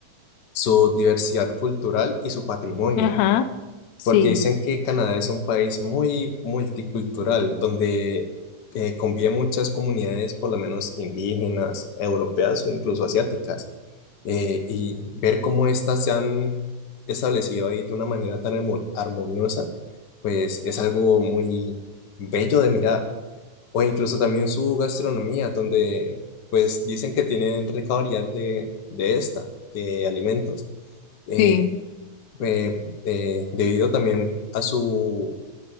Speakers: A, on the left; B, on the left.
A: su diversidad cultural y su patrimonio,
B: Ajá, sí,
A: porque dicen que Canadá es un país muy multicultural, donde eh, conviven muchas comunidades, por lo menos indígenas, europeas o incluso asiáticas, eh, y ver cómo estas se han establecido ahí de una manera tan armo- armoniosa, pues es algo muy bello de mirar. O incluso también su gastronomía, donde pues dicen que tienen rica variedad de, de esta, de alimentos eh,
B: sí.
A: eh, eh, debido también a su,